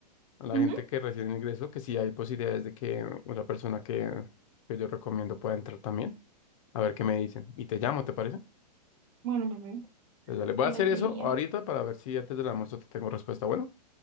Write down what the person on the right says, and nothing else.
Ujú.
Bueno, bebé,
ahora
sí
iría.